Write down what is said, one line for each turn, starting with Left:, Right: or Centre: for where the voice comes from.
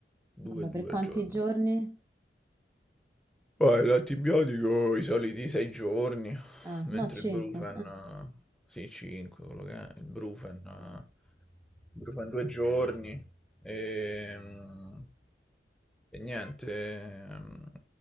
Centre: due
Right: Vabbè,
Centre: e due
Right: per quanti
Centre: al giorno.
Right: giorni?
Centre: Poi l'antibiotico i soliti sei giorni,
Right: Ah,
Centre: mentre
Right: no, 5.
Centre: il Brufen, eh, sì, 5, quello che è, il Brufen, eh, Brufen due giorni, Ehm, E, niente. ehm,